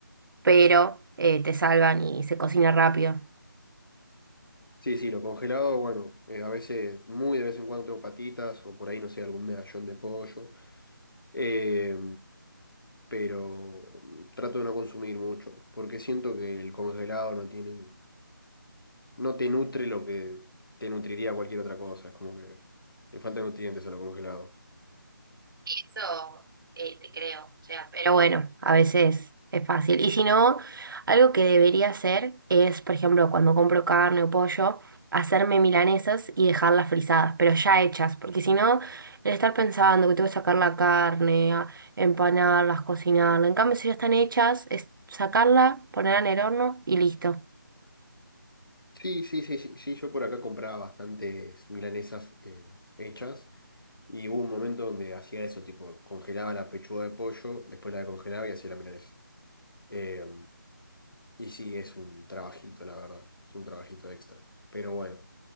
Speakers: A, on the right; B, on the left.
A: pero eh, te salvan y se cocina rápido.
B: Sí, sí, lo congelado, bueno, eh, a veces, muy de vez en cuando tengo patitas o por ahí, no sé, algún medallón de pollo. Eh, pero trato de no consumir mucho, porque siento que el congelado no tiene, no te nutre lo que te nutriría cualquier otra cosa. Es como que le faltan nutrientes a lo congelado.
A: Sí, eso eh, te creo. O sea, Pero bueno, a veces es fácil. Y si no, algo que debería hacer es, por ejemplo, cuando compro carne o pollo, hacerme milanesas y dejarlas frisadas, pero ya hechas, porque si no, el estar pensando que tengo que sacar la carne, a- empanarlas, cocinarla. En cambio, si ya están hechas, es sacarla, ponerla en el horno y listo.
B: Sí, sí, sí, sí, sí, yo por acá compraba bastantes milanesas eh, hechas y hubo un momento donde hacía eso, tipo, congelaba la pechuga de pollo, después la descongelaba y hacía la milanesa. Eh, y sí, es un trabajito, la verdad, es un trabajito extra. Pero bueno,